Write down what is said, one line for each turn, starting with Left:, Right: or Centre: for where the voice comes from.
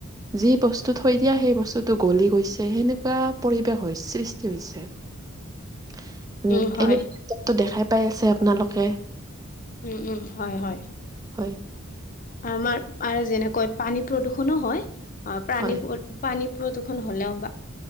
Right: যি বস্তু থৈ দিয়া সেই বস্তুতটো গলি গৈছে সেনেকুৱা পৰিৱেশৰ সৃষ্টি হৈছে। উম,
Left: উম হয়
Right: এনে কিতাপটো দেখাই পাই আছে আপোনালোকে?
Left: উম - উম, হয় - হয়।
Right: হয়
Left: আমাৰ আৰু যেনেকৈ পানী প্ৰদূষণো হয় অ, প্ৰানী
Right: হয়
Left: পানী প্ৰদূষণ হ'লেও বা